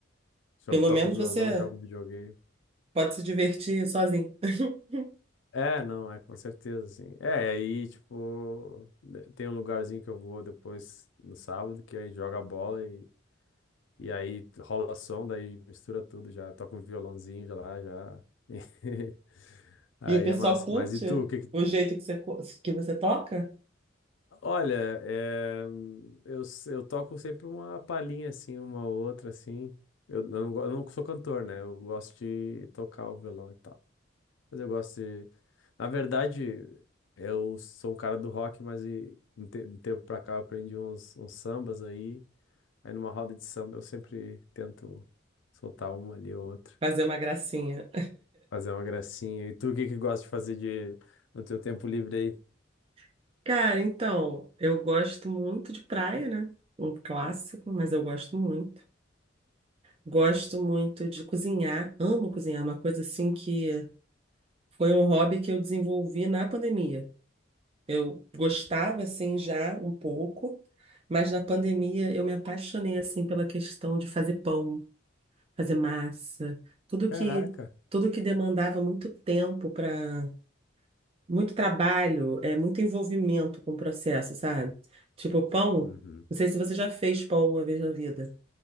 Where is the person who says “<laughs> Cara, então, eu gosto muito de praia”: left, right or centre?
Right